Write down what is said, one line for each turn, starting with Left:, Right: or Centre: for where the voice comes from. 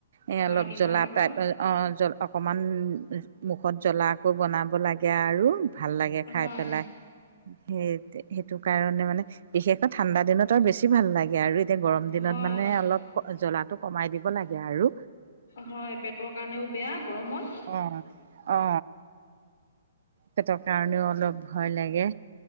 Right: এ
Left: হয়,
Right: অলপ
Left: দিনৰ
Right: জ্বলা
Left: ভাগত
Right: অ জল অকণমান উ ম মুখত জ্বলাকৈ বনাব লাগে আৰু ভাল লাগে খাই
Left: হয়,
Right: পেলাই সেই তে সেইটো কাৰণে মানে বিশেষকৈ ঠাণ্ডা দিনত আৰু বেছি ভাল লাগে আৰু তে গৰম দিনত
Left: হয়,
Right: মানে অলপ জ্বলাটো কমাই দিব লাগে আৰু
Left: হয় পেটৰ কাৰণেও বেয়া গৰমত
Right: অ অ পেটৰ কাৰণেও অলপ ভয় লাগে